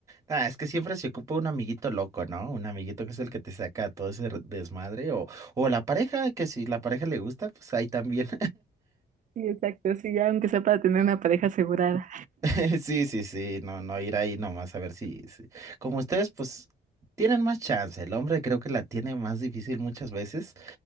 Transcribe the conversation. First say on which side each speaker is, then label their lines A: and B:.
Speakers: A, on the right; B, on the right.
A: Ah, es que siempre se ocupa un amiguito loco, ¿no? Un amiguito que es el que te saca todo ese r- desmadre o, o la pareja, que si la pareja le gusta, pues ahí también.
B: Sí, exacto, sí, ya aunque sea para tener una pareja asegurada.
A: <laughs> Sí, sí, sí, no, no ir ahí nomás a ver si, si- Como ustedes, pues, tienen más chance. El hombre creo que la tiene más difícil muchas veces,